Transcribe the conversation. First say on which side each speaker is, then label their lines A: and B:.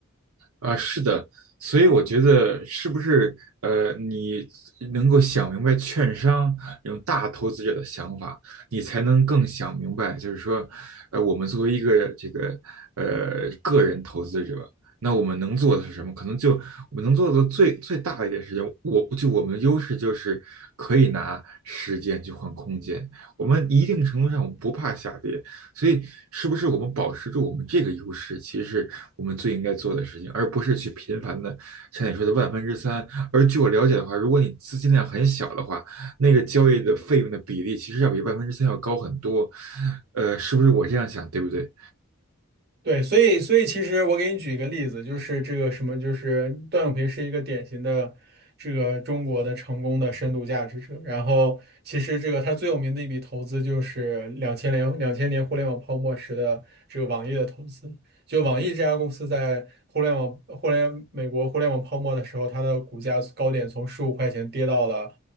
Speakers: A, on the right; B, on the right.
A: 啊，是的，所以我觉得是不是呃，你能够想明白券商这种大投资者的想法，你才能更想明白，就是说，呃，我们作为一个这个呃个人投资者，那我们能做的是什么？可能就我们能做的最最大的一件事情，我就我们的优势就是可以拿时间去换空间，我们一定程度上我们不怕下跌，所以，是不是我们保持住我们这个优势，其实是我们最应该做的事情，而不是去频繁的像你说的万分之三。而据我了解的话，如果你资金量很小的话，那个交易的费用的比例其实要比万分之三要高很多。呃，是不是我这样想，对不对？
B: 对，所以所以其实我给你举一个例子，就是这个什么，就是段永平是一个典型的这个中国的成功的深度价值者。然后其实这个他最有名的一笔投资就是两千年两千年互联网泡沫时的这个网易的投资。就网易这家公司在互联网互联美国互联网泡沫的时候，它的股价高点从十五块钱跌到了。